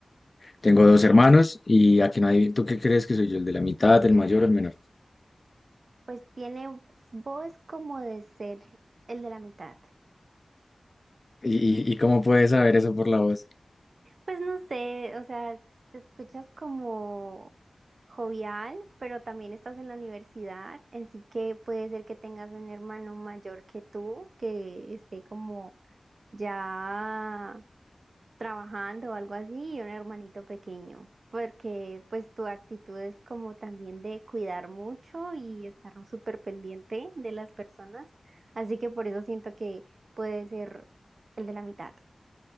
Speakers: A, on the left; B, on the right.
A: Tengo dos hermanos y a que nadie, ¿tú qué crees que soy yo? ¿El de la mitad, el mayor o el menor?
B: Pues tiene voz como de ser el de la mitad.
A: ¿Y, y, y cómo puedes saber eso por la voz?
B: Pues no sé, o sea, te escuchas como jovial, pero también estás en la universidad, así que puede ser que tengas un hermano mayor que tú, que esté como ya trabajando o algo así y un hermanito pequeño, porque pues tu actitud es como también de cuidar mucho y estar súper pendiente de las personas, así que por eso siento que puede ser el de la mitad.